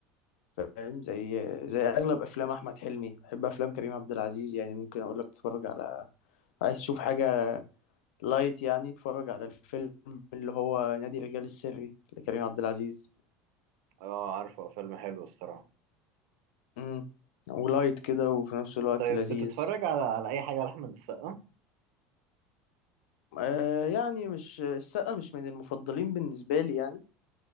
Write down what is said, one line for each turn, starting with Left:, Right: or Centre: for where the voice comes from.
Left: فاهم زي زي اغلب افلام احمد حلمي بحب افلام كريم عبد العزيز يعني ممكن اقول لك تتفرج على عايز تشوف حاجه لايت يعني اتفرج على الفيلم اللي هو نادي الرجال السري لكريم عبد العزيز
Right: اه عارفه فيلم حلو الصراحه
Left: امم ولايت كده وفي نفس الوقت
Right: طيب
Left: لذيذ
Right: بتتفرج على على اي حاجه لاحمد السقا
Left: آه يعني مش السقا مش من المفضلين بالنسبه لي يعني